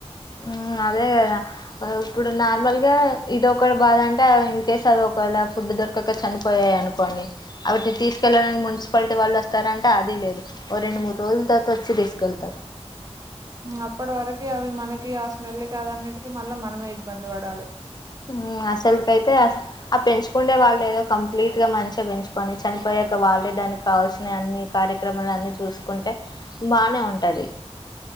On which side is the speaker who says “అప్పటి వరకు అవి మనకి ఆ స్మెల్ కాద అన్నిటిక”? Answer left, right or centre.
Right